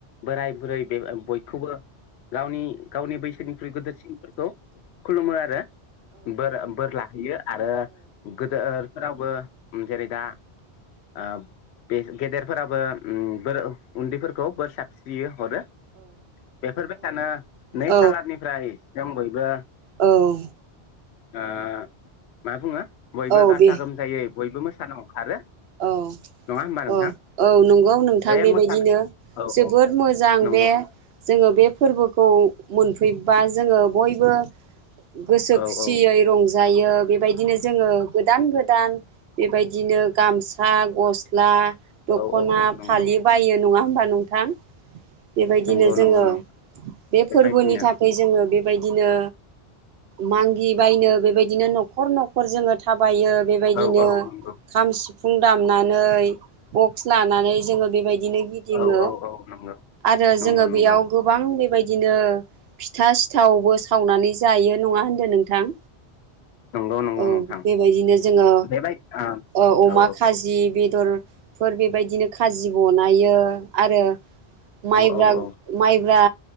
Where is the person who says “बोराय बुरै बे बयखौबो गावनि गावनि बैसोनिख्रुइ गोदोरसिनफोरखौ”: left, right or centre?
Left